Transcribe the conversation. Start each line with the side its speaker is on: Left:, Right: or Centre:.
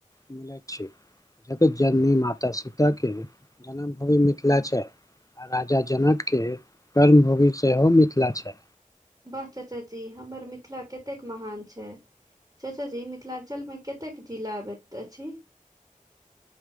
Left: मिलैत छी। जगत जननी माता सीताके जन्म भूमि मिथिला छैय आ राजा जनकके कर्मभूमि सेहो मिथिला छैय।
Right: वाह चचा जी हमर मिथिला केतेक महान छैय। चाचा जी मिथिलाञ्चलमे कतेक जिला अबैत अछि?